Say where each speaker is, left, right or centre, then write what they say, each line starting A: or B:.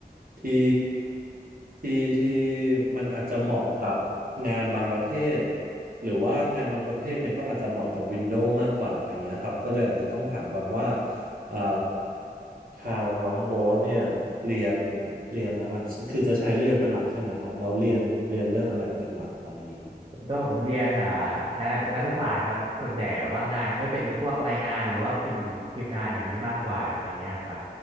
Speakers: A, on the right; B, on the right.
A: ที่ที่ที่มันอาจจะเหมาะกับงานบางประเภทหรือว่างานบางประเภทเนี่ยก็อาจจะเหมาะกับ Windows มากกว่าอะไรเงี้ยครับก็เลยอาจจะต้องถามก่อนว่าเอ่อ ทางน้องโบ๊ทเนี่ยเรียนเรียนอะไรคือจะใช้เรียนเป็นหลักใช่ไหมครับเราเรียนเรียนเรื่องอะไรเป็นหลักตอนนี้
B: ตัวผมเรียนอ่าคณะรัฐศาสตร์ครับส่วนใหญ่ว่างานก็เป็นพวกรายงานหรือว่าพิมพ์พิมพ์งานแบบนี้มากกว่าอะไรเงี้ยครับ